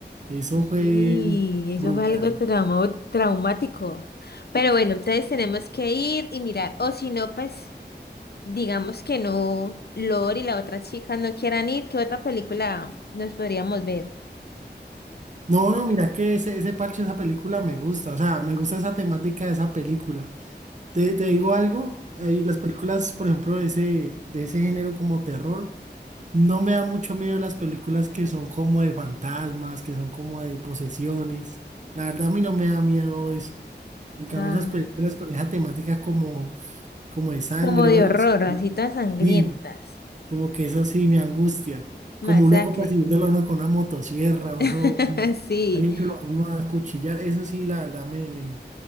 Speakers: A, on the right; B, on the left.
A: eso
B: Sí,
A: fue brutal.
B: eso fue algo trauma- traumático. Pero bueno, entonces tenemos que ir y mirar, o si no, pues... digamos que no, Lore y la otra chica no quieran ir, ¿qué otra película nos podríamos ver?
A: No, no, mira que ese, ese parche de esa película me gusta, o sea, me gusta esa temática de esa película. Te, te digo algo, eh,
B: Bien.
A: las películas, por ejemplo, de ese, de ese género como terror, No me da mucho miedo las películas que son como de fantasmas, que son como de posesiones. La verdad a mí no me da miedo eso. En cambio
B: Ah,
A: esas películas con esa temática como, como de sangre
B: como de
A: o algo
B: horror,
A: así,
B: así todas sangrientas.
A: sí, como que eso sí me angustia.
B: Masacre.
A: Como un loco persiguiéndolo a uno con una motosierra
B: <laughs>
A: o eso,
B: Sí,
A: alguien que lo va a uno a acuchillar, eso sí la verdad me, me,